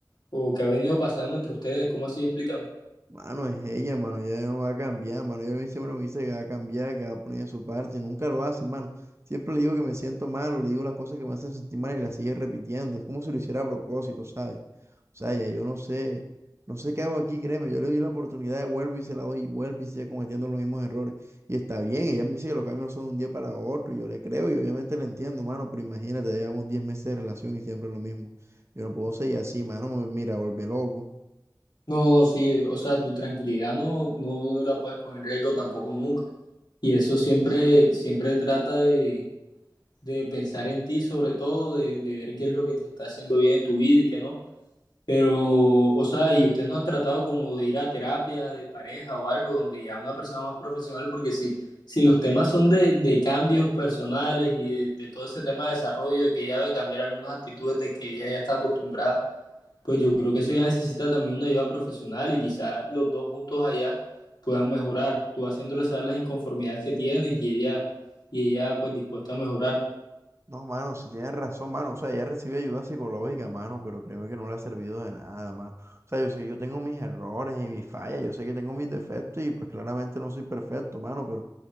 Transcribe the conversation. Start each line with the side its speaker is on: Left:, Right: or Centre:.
Left: o que ha venido pasando entre ustedes, ¿cómo así? Explícame.
Right: Mano, es ella, mano, ella no va a cambiar, mano. Ella a mí siempre me dice que va a cambiar, que va a poner de su parte, y nunca lo hace, mano. Siempre le digo que me siento mal, o le digo las cosas que me hacen sentir mal y la sigue repitiendo. Es como si lo hiciera a propósito, ¿sabes? O sea, ya yo no sé, no sé qué hago aquí, créeme. Yo le doy la oportunidad, vuelvo y se la doy, y vuelve y sigue cometiendo los mismos errores. Y está bien, ella me dice que los cambios no son de un día para otro, y yo le creo y obviamente le entiendo, mano, pero imagínate, ya llevamos 10 meses de relación y siempre lo mismo. Yo no puedo seguir así, mano, me- mira, volver loco.
Left: No, no, sí, o sea, tu tranquilidad no, no la puedes poner en riesgo tampoco nunca. Y eso siempre, siempre trata de, de pensar en ti, sobre todo, de, de ver qué es lo que te está haciendo bien en tu vida y qué no. Pero, o sea, y usted no ha tratado como de ir a terapia de pareja o algo donde ya una persona más profesional, porque si, si los temas son de, de cambios personales y de, de todo ese tema de desarrollo, de que ella debe cambiar algunas actitudes de que ella ya está acostumbrada pues yo creo que eso ya necesita también una ayuda profesional y quizás los dos juntos allá puedan mejorar, tú haciéndole saber las inconformidades que tienes y ella, y ella pues dispuesta a mejorar.
Right: No, mano, si tienes razón, mano. O sea, ella recibe ayuda psicológica, mano, pero créeme que no le ha servido de nada, mano. O sea, yo sé que yo tengo mis errores y mis fallas, yo sé que tengo mis defectos y pues claramente no soy perfecto, mano, pero,